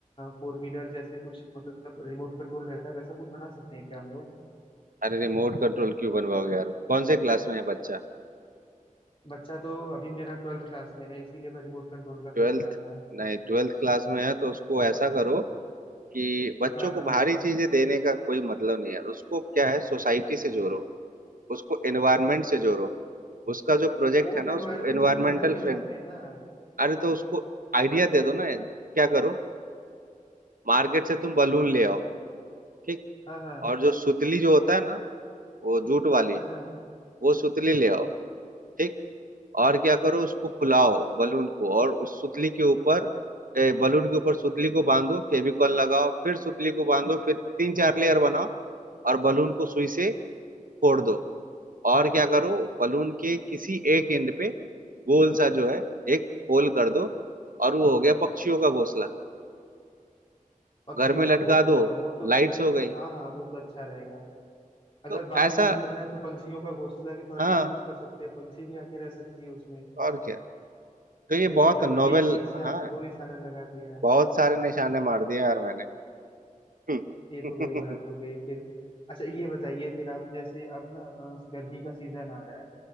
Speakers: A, on the left; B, on the right.
A: फोर व्हीलर जैसे कुछ मतलब रिमोट कंट्रोल रहता है वैसा कुछ बना सकते हैं क्या हम लोग
B: अरे रिमोट कंट्रोल क्यों बनवाओगे यार कौन से क्लास में है बच्चा
A: बच्चा तो अभी मेरा ट्वेल्थ क्लास में है इसीलिए मैं रिमोट कंट्रोल का
B: ट्वेल्थ
A: सोच रहा था
B: नहीं ट्वेल्थ क्लास में है तो उसको ऐसा करो कि बच्चों
A: हाँ
B: को
A: हाँ
B: भारी
A: हाँ।
B: चीजें देने का कोई मतलब नहीं है उसको क्या है सोसाइटी से जोड़ो उसको एनवायरनमेंट से जोड़ो उसका जो प्रोजेक्ट
A: वो
B: है ना
A: एनवायरनमेंट
B: उसको एनवायरमेंटल
A: से जुड़ना ही नहीं
B: फ्रेंड
A: चाहते ना
B: अरे तो उसको आइडिया दे दो ना क्या करो मार्केट से तुम बलून ले आओ ठीक
A: हाँ हाँ
B: और जो सुतली जो होता है ना वो जूट वाली
A: हाँ हाँ
B: वो सुतली ले आओ ठीक और क्या करो उसको फुलाओ बलून को और उस सुतली के ऊपर ए, बलून के ऊपर सुतली को बांधो फेविकॉल लगाओ फिर सुतली को बांधो फिर तीन चार लेयर बनाओ और बलून को सुई से फोड़ दो और क्या करो बलून के किसी एक एंड पे गोल सा जो है एक होल कर दो और वो हो गया पक्षियों का घोंसला
A: पक्षियों
B: घर में लटका
A: का घोंसला
B: दो
A: वो तो फिर
B: लाइट्स हो गई
A: हाँ हाँ वो तो अच्छा रहेगा अगर
B: तो
A: बाहर
B: ऐसा
A: यूज करना है तो पंछियों का घोंसला के तौर
B: हाँ
A: पे भी यूज कर सकते हैं पंछी भी आके रह सकती है उसमें
B: और क्या तो ये
A: ये तो
B: बहुत
A: डबल
B: नोवेल
A: एक तीर से आपने
B: हाँ
A: दो निशाना लगा दिया
B: बहुत सारे निशाने मार दिए यार मैंने <laughs>
A: ये तो वही बात हो गई फिर अच्छा ये बताइए फिर आप जैसे अब ना अ, गर्मी का सीजन आ रहा है